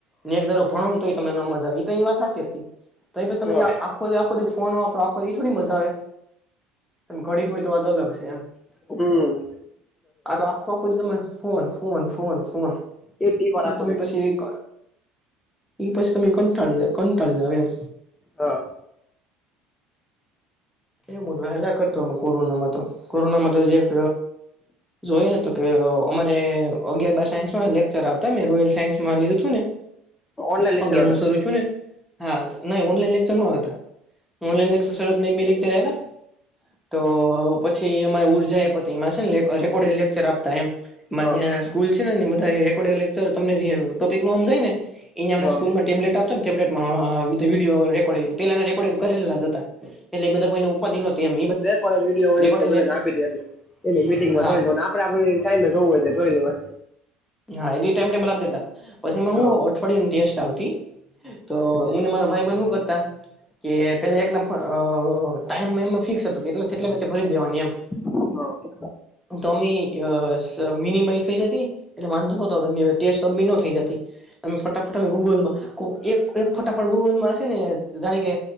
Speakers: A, in the centre; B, on the left.
A: ને એક દાઢો ભણો ને તોયે તમને ન મઝા એ તો ઇ વાત હાચી હતી તો એ પછી તમે
B: હા
A: આખો દી આખો દી ફોન વાપરો ઇ થોડી મઝા આવે ઘડી ક હોય તો વાત અલગશે એમ
B: ઉં
A: આ તો આખો આખો દિ તમારે ફોન ફોન ફોન ફોન
B: એ ટીપ રાખો
A: ઇ તમે
B: ને એકલો
A: પછી ઈક ઇ પછી તમે કંટાળી જા કંટાળી જાવ એમ
B: હા
A: એ બ હેલા કરતો અમે કોરોનામાં તો કોરોનામાં તો જી એક જોઈ ને તો કે અમારે અગિયાર બાર સાયન્સમાં લેક્ચર આવતા એમ રોયલ સાયન્સ માંલીધું થું ને
B: ઓનલાઈન લેક્ચર
A: અગેર
B: હતા
A: મુ સરું થિયું ને હા તો નય ઓનલાઈન લેક્ચર ન આવતા ઓનલાન લેક્રત એક બે લેક્ચર આયવા તો પછી અમારી ઉર્જા એ પતિ માંછે ને લેકો રેકોર્ડે લેક્ચર આપતા એમ માંન્યા
B: હા
A: સ્કૂલ છે ને ની બધા રેકોર્ડડેડ લેચર તમને જે ટોપિક નોમ નજાય ને ઇને
B: હા
A: સ્કુ ટેબલેટ આપતાને ટેબલેટમાં વિડીયો રેકોર્ડંગ પેલા રેકોર્ડિંગ કરેલા જ હતા એટકલે બધા કોઈને ઉપાધિ નતી એમ
B: રેકોડેડ વિડીયો હોય
A: રેકોર્ડિંગ
B: ઇ બધાને
A: લેક્ચર
B: આપી દે એટલે એલી મિટિંગમાં
A: હા
B: જોઈ દઉને આપદે આપદે ટાઈમે જોવું હોય તો જોઈ લેવય
A: હા એડી ટાઈમ ટેબલ આપી દેતા પછી ઈમાં
B: હા
A: હું અઠવાડિયની ટેસ્ટ આવતી તો
B: હા
A: હુંને મારા ભાઈ બેન હું કરતા કે પેલા એક ના ફોન અ ટાઈમ ઈમાં ફિક્સ હતું કે એટલે એટલે વચ્ચે ભરી દેવાની એમ
B: હ <inaudible>
A: તો અમે અ મિનિમાઇઝ થઈ જતી એટલે વાંધો હતો ટેસ્ટ સબમિટ નો થઈ જતી તમે ફટાફટ ગૂગલમાં કોક એક એક ફટાફટ ગૂગલમાં હશે ને જાણે કે